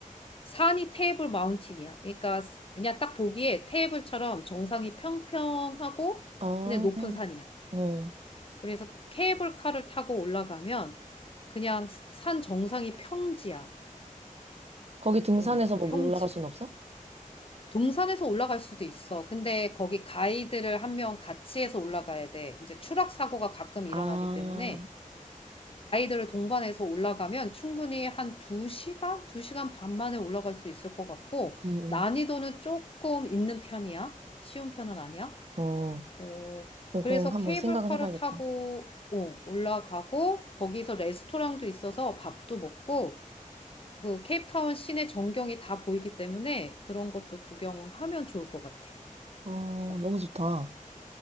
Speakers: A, on the left; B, on the right.
A: 산이 테이블 마운틴이야. 그러니까 스- 그냥 딱 보기에 테이블처럼 정상이 평평하고
B: 아,
A: 근데 높은 산이야.
B: 응.
A: 그래서 케이블카를 타고 올라가면 그냥 스- 산 정상이 평지야.
B: 거기 등산해서
A: 어,
B: 뭐
A: 평지.
B: 올라갈 순 없어?
A: 동산에서 올라갈 수도 있어. 근데 거기 가이드를 한 명 같이 해서 올라가야 돼. 이제 추락 사고가 가끔 일어나기
B: 아,
A: 때문에 가이드를 동반해서 올라가면 충분히 한 2시간? 2시간 반 만에 올라갈 수 있을 것 같고
B: 음,
A: 난이도는 조금 있는 편이야. 쉬운 편은 아니야.
B: 음. 어,
A: 어,
B: 조금
A: 그래서
B: 한번
A: 케이블카를
B: 생각은 해봐야겠다.
A: 타고 어, 올라가고 거기서 레스토랑도 있어서 밥도 먹고 그 케이프타운 시내 전경이 다 보이기 때문에 그런 것도 구경하면 좋을 것 같아.
B: 어,
A: 어,
B: 너무 좋다.